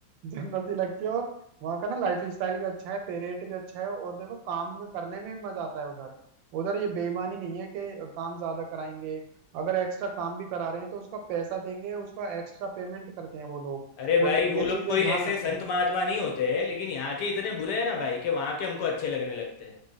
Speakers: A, on the right; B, on the left.
A: जन्नत ही लगती है और वहाँ का ना लाइफ स्टाइल भी अच्छा है पे रेट भी अच्छा है और देखो काम में करने में भी मजा आता है उधर उधर ये बेईमानी नहीं है कि काम ज्यादा कराएंगे अगर एक्स्ट्रा काम भी करा रहे हैं तो उसका पैसा देंगे उसका एक्स्ट्रा पेमेंट करते हैं वो लोग
B: अरे
A: वो
B: भाई वो
A: ये
B: लोग
A: चीजें
B: कोई
A: ध्यान
B: ऐसे
A: रखते
B: संत
A: हैं
B: महात्मा नहीं होते हैं लेकिन यहाँ के इतने बुरे हैं ना भाई कि वहाँ के हमको अच्छे लगने लगते हैं